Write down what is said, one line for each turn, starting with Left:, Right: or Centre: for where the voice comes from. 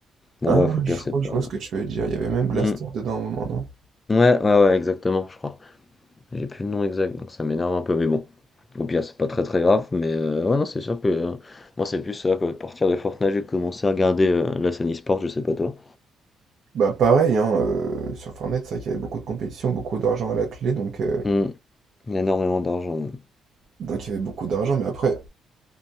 Left: Bon,
Right: Ah,
Left: bref, au pire,
Right: je
Left: c'est
Right: crois que
Left: pas.
Right: je vois ce que tu veux dire. Il y avait même Blaster
Left: Hmm.
Right: dedans à un moment, non?
Left: Ouais, ouais, ouais, exactement, je crois. J'ai plus le nom exact, donc ça m'énerve un peu, mais bon. Au pire, c'est pas très très grave, mais euh, ouais, non, c'est sûr que euh, moi, c'est plus ça, quoi. À partir de Fortnite, j'ai commencé à regarder euh, la scène e-sport, je sais pas toi.
Right: Bah, pareil, hein, euh, sur Fortnite, c'est vrai qu'il y avait beaucoup de compétition, beaucoup d'argent à la clé, donc, euh,
Left: Hmm. Il y a énormément d'argent.
Right: donc il y avait beaucoup d'argent. Mais après,